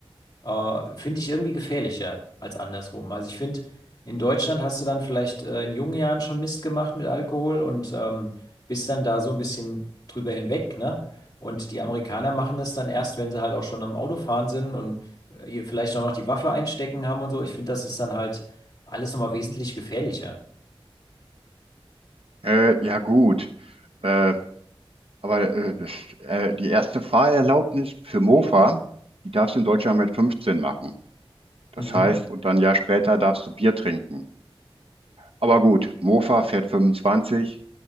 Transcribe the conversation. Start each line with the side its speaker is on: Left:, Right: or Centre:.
Left: Äh, finde ich irgendwie gefährlicher als andersrum. Also ich finde, in Deutschland hast du dann vielleicht äh, in jungen Jahren schon Mist gemacht mit Alkohol und ähm, bist dann da so ein bisschen drüber hinweg, ne? Und die Amerikaner machen das dann erst, wenn sie halt auch schon am Autofahren sind und äh, ihr vielleicht auch noch die Waffe einstecken haben und so. Ich finde, das ist dann halt alles nochmal wesentlich gefährlicher.
Right: Äh, ja gut, äh, aber äh, das, äh, die erste Fahrerlaubnis für Mofa, die darfst du in Deutschland mit 15 machen. Das
Left: Mhm.
Right: heißt, und dann ein Jahr später darfst du Bier trinken. Aber gut, Mofa fährt 25.